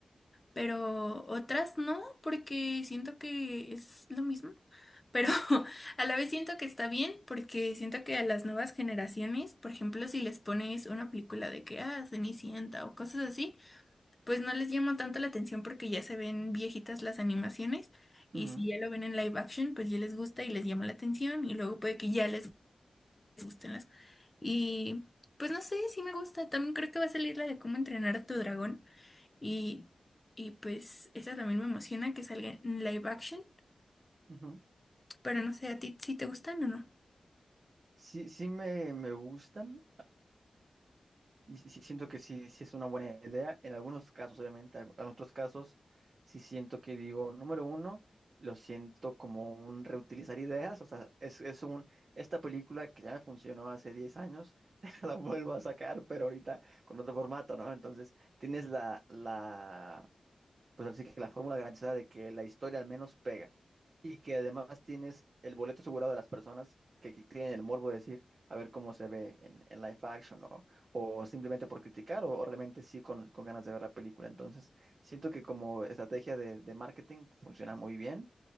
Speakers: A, on the left; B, on the right.
A: pero otras no, porque siento que es lo mismo. Pero <laughs> a la vez siento que está bien, porque siento que a las nuevas generaciones, por ejemplo, si les pones una película de que, ah, Cenicienta o cosas así, pues no les llama tanto la atención porque ya se ven viejitas las animaciones y
B: Ujú,
A: si ya lo ven en live action, pues ya les gusta y les llama la atención y luego puede que ya les gusten las y pues no sé, sí me gusta. También creo que va a salir la de cómo entrenar a tu dragón. Y, y pues esa también me emociona que salga en live action.
B: ujú.
A: Pero no sé, ¿a ti si te gustan o no?
B: Sí, sí me, me gustan. Y sí- sí siento que sí, sí es una buena idea. En algunos casos, obviamente, al- en otros casos, sí siento que digo, número uno, lo siento como un reutilizar ideas. O sea, es, es un, esta película que ya me funcionó hace 10 años, <laughs> la vuelvo a sacar, pero ahorita con otro formato, ¿no? Entonces, tienes la, la pues así que la fórmula garantizada de que la historia al menos pega y que además tienes el boleto asegurado de las personas que, que tienen el morbo de decir a ver cómo se ve en, en live action ¿no? o simplemente por criticar o, o realmente sí con, con ganas de ver la película. Entonces, siento que como estrategia de, de marketing funciona muy bien